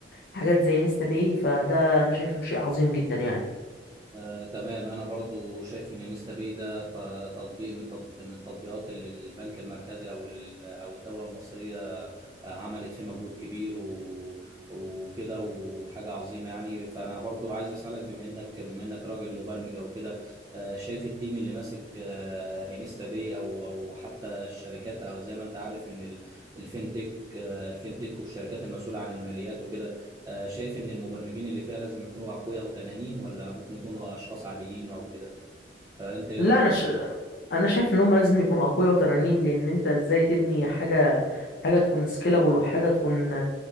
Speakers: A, on the left; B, on the right.
A: حاجات زي نيستا باي فده انا شايف انه شيء عظيم جدا يعني
B: آه، تمام انا برضو شايف ان انستا باي ده ت- تطبيق من التطب- من التطبيقات اللي البنك المركزي او ال- او الدوله المصريه آه، عملت فيه مجهود كبير و- وكده وحاجه عظيمه يعني فانا برضو عايز اسالك بما انك بما انك راجل مبرمج او كده آه، شايف التيم اللي ماسك آه، انستا باي او او حتى الشركات او زي ما انت عارف ان ال- الفينتك آه، الفينتك والشركات المسؤوله عن الماليات وكده آه، شايف ان المبرمجين اللي فيها لازم يكونوا اقوياء وتنانين ولا ممكن يكونوا اشخاص عاديين او كده فانت ايه
A: لا
B: رايك
A: انا ش... انا شايف ان هم لازم يكونوا اقوياء وتنانين لان انت ازاي تبني حاجه حاجه تكون سكيلابل وحاجه تكون